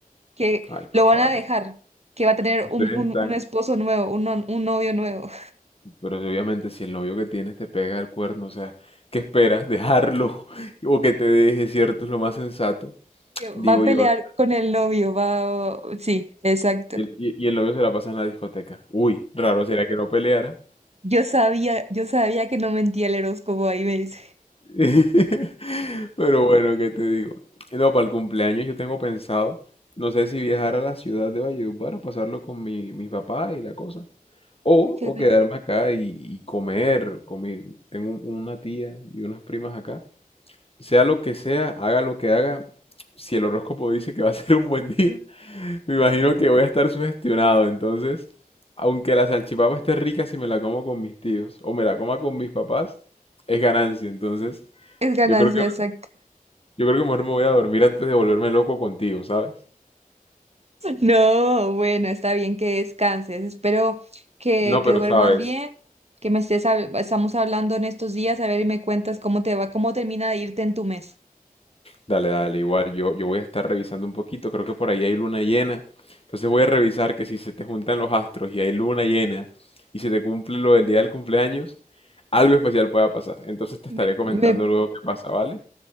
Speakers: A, on the right (about 45°); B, on the left (about 40°).
A: que
B: Ay, por
A: lo van
B: favor.
A: a dejar, que va a tener
B: Ustedes
A: un, un,
B: están
A: un esposo nuevo, un, no- un novio nuevo,
B: Pero si obviamente si el novio que tienes te pega el cuerno, o sea, ¿qué esperas? ¿Dejarlo? <laughs> O que te deje, ¿cierto? Es lo más sensato,
A: <laughs> que
B: digo
A: va a pelear
B: yo acá.
A: con el novio. Va, sí, exacto.
B: Y el, y- y el novio se la pasa en la discoteca. Uy, raro sería que no peleara.
A: Yo sabía, yo sabía que no mentía el horóscopo, ahí me dice.
B: <laughs> Pero bueno, ¿qué te digo? No, para el cumpleaños yo tengo pensado, no sé si viajar a la ciudad de Valledupar o pasarlo con mi, mi papá y la cosa. O,
A: Uy, qué
B: o
A: rico.
B: quedarme acá y, y comer. con mi- tengo un- una tía y unas primas acá. Sea lo que sea, haga lo que haga, si el horóscopo dice que va a ser un buen día, <laughs> me imagino que voy a estar sugestionado. Entonces, aunque la salchipapa esté rica, si me la como con mis tíos o me la coma con mis papás, es ganancia. Entonces,
A: Es ganancia,
B: yo creo que,
A: exacto
B: yo creo que mejor me voy a dormir antes de volverme loco contigo, ¿sabes?
A: No, bueno, está bien que descanses. Espero que,
B: No, pero
A: que duermas
B: sabes,
A: bien, que me estés, hab- estamos hablando en estos días, a ver y me cuentas cómo te va, cómo termina de irte en tu mes.
B: Dale, dale, igual yo, yo voy a estar revisando un poquito, creo que por ahí hay luna llena, entonces voy a revisar que si se te juntan los astros y hay luna llena y se te cumple lo del día del cumpleaños, algo especial pueda pasar, entonces te
A: Me,
B: estaré comentando
A: me-
B: luego qué pasa, ¿vale?